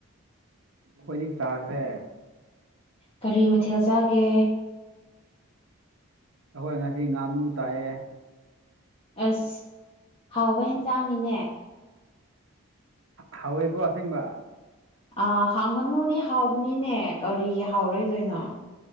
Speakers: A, on the right (about 65°); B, on the left (about 25°).
A: ꯈꯣꯢꯗꯤ ꯆꯥꯈ꯭ꯔꯦ
B: ꯀꯔꯤ ꯃꯊꯦꯜ ꯆꯥꯒꯦ
A: ꯑꯈꯣꯏ ꯉꯁꯤ ꯉꯥꯅꯨ ꯆꯥꯑꯦ
B: ꯑꯁ ꯍꯥꯎꯕ ꯍꯦꯟꯖꯥꯡꯅꯤꯅꯦ
A: ꯍꯥꯎꯋꯦꯀꯣ ꯑꯁꯦꯡꯕ
B: ꯑꯥ ꯍꯥ ꯉꯥꯅꯨꯅꯤ ꯍꯥꯎꯕꯅꯤꯅꯦ ꯀꯔꯤꯒꯤ ꯍꯥꯎꯔꯣꯏꯗꯣꯏꯅꯣ